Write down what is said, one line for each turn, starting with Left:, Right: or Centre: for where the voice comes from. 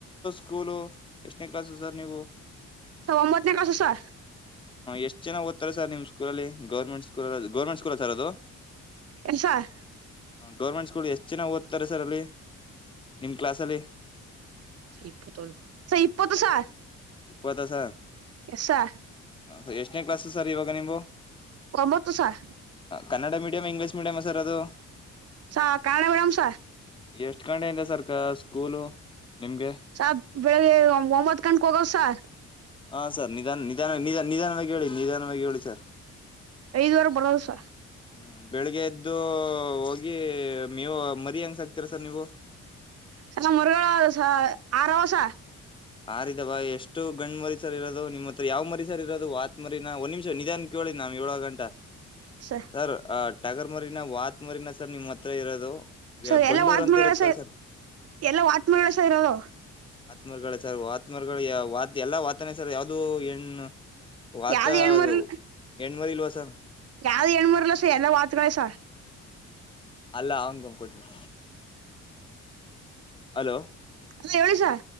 Left: ಸ್ಕೂಲ್ ಎಷ್ಟನೇ ಕ್ಲಾಸ್ ಸರ್ ನೀವು.
Right: ಸರ್ ಒಂಬತ್ತನೇ ಕ್ಲಾಸ್ ಸರ್
Left: ಎಷ್ಟು ಜನ ಓದ್ತಾರೆ ಸರ್ ನಿಮ್ಮ good day government school government school sir ಅದು
Right: ಎನ್ ಸರ್
Left: ಗರ್ಮೆಂಟ್ ಸ್ಕೂಲ್ ಎಷ್ಟ ಚೆನ್ನಾಗಿ ಓದುತ್ತಾರೆ ಸರ್ ಅಲ್ಲಿ ನಿಮ್ ಕ್ಲಾಸ್ ಅಲ್ಲಿ
Right: ಇಪ್ಪತ್ತು ಸಾರ್ <unintelligible>
Left: ಇಪ್ಪ ದಸ
Right: ಎಸಾ
Left: ಸರ್ ಎಷ್ಟನೇ ಕ್ಲಾಸಸ್ ಸರ್ ಇವಾಗ ನಿ್ು
Right: ಕಮತು sir
Left: Kannada medium English medium sir ಅದು
Right: ಸ ಕಾಣ ಉಡಾಮಸ
Left: ಎಷ್ಟ್ ಗಂಡ ಇಿಂದ ಸರ್ಕ ಸ್ಕೂಲು ನಿಮ್ಗೆ
Right: ಸ ಬೆಳಿಗ್ಗೆ ಒಂಬತ್ ಗಂಕ್ ಹೋಗವ್ ಸಾರ್
Left: ಹಾ ಸರ್ ನಿಧಾನ ನಿಧಾನ ನಿಧ ನಿಧಾನವಾಗಿ ಹೇಳಿ ನಿಧಾನವಾಗಿ ಹೇಳಿ ಸರ್
Right: ಐದವರೆ ಬರೋದುಸ
Left: ಹ್ಮ್ ಬೆಳಿಗ್ಗೆ ಎದ್ದು ಹೋಗಿ ನೀವು ಮರಿ ಹೆಂಗ್ಸಕ್ತಿೀರ ಸರ್ ನೀವು
Right: ಚಲ ಮುರುಗಸ ಆರವಸ
Left: ಆರಿದ ಬಾ ಎಷ್ಟು ಗಂಡ್ ಮರಿಸರ್ ಇರೋದು ನಿಮ್ಮ ಯಾವ ಮರಿ ಸರ್ ಇರೋದು ಮರಿ ನಾ ಒಂದ ನಿಮಿಷ ನಿಧಾನ ಕೇಳಿದ ನಾವ್ ಏಳ ಗಂಾ
Right: ಸರ್
Left: ಸ ಅ ಟಗರ್ ಮರಿನಾ ವಾತ್ ಮರಿನ ಸರ್ ನಿಮ್ ಹತ್ರ ಇರೋದು
Right: ಸೊ ಎಲ್ಲ
Left: ಬಂಡೂರ್
Right: ವಾತ್
Left: ಅಂತ
Right: ಮಾಡೋಳಸ
Left: ಇರುತ್ತಲ್ಲ ಸರ್
Right: ಎಲ್ಲ ವಾತ್ ಮಾಡೋಸ ಇರೋದು
Left: ನಳ ಸರ್ ವಾತ ಮಾರ್ಗಳ ವಾ ಎಲ್ಲಾ ವಾತನ ಸರ್ ಯಾವ್ದು ಹೆಣ್ಣು ವತ
Right: ಯಾವ್ದು ಹೆಣ್ಣು
Left: ಅದು
Right: ಮರಿ
Left: ಹೆಣ್ಮರಿ ಇಲ್ ಸ
Right: ಯಾವ್ದ್ ಣ್ಮೂರ್ಲಲ್ಲಸ ಎಲ್ಲ ವಾತಸ
Left: ಅಲ್ಲ ಅವಂಗ ಕೊಟ್ನಿ ಅಲೋ
Right: ಅಲ್ಲ ಎವಸ